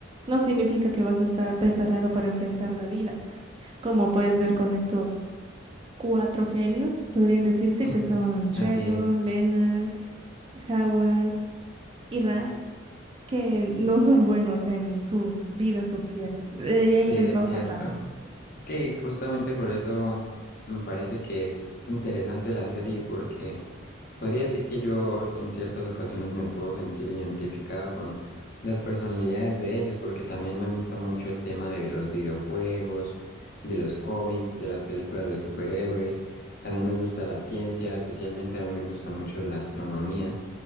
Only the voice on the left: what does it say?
<laughs>
Así es,
sí,
es
cierto.
Es que justamente por eso me parece que es interesante la serie porque Podría decir que yo en ciertas ocasiones me puedo sentir identificado con las personalidades de ellos, porque también me gusta mucho el tema de los videojuegos, de los cómics, de las películas de superhéroes. También me gusta la ciencia, especialmente a mí me gusta mucho la astronomía.